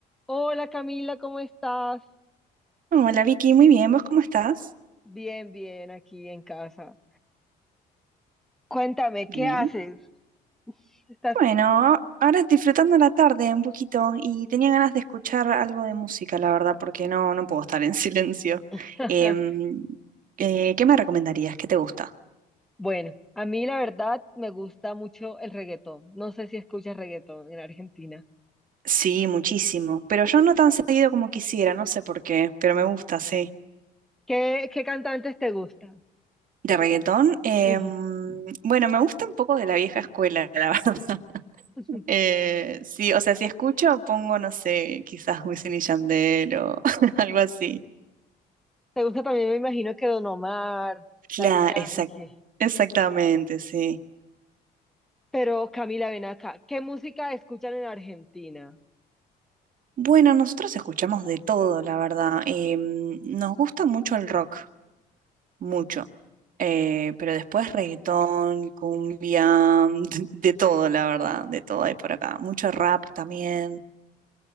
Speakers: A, in the centre; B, on the right (about 55°).
A: Hola Camila, ¿cómo estás?
B: Hola Vicky, muy bien, ¿vos cómo estás?
A: Bien, bien, aquí en casa. Cuéntame,
B: Bien.
A: ¿qué haces? Estás...
B: Bueno, ahora disfrutando la tarde un poquito y tenía ganas de escuchar algo de música, la verdad, porque no, no puedo estar en <laughs> silencio.
A: <laughs>
B: Em, eh, ¿qué me recomendarías? ¿Qué te gusta?
A: Bueno, a mí la verdad me gusta mucho el reggaetón. No sé si escuchas reggaetón en Argentina.
B: Sí, muchísimo, pero yo no tan seguido como quisiera, no sé por qué, pero me gusta, sí.
A: ¿Qué, qué cantantes te gustan?
B: ¿De reggaetón? Em,
A: Ujú.
B: bueno, me gusta un poco de la vieja escuela, la verdad. <laughs>
A: <laughs>
B: Eh, sí, o sea, si escucho, pongo, no sé, quizás Wisin y Yandel o <laughs> algo así.
A: Te gusta también, me imagino que Don Omar,
B: Claro,
A: Daddy Yankee.
B: exact- exactamente, sí.
A: Pero Camila, ven acá. ¿Qué música escuchan en Argentina?
B: Bueno, nosotros escuchamos de todo, la verdad. Eh, mm, nos gusta mucho el rock, mucho. Eh, pero después reggaetón, cumbia, <laughs> de todo, la verdad, de todo hay por acá. Mucho rap también.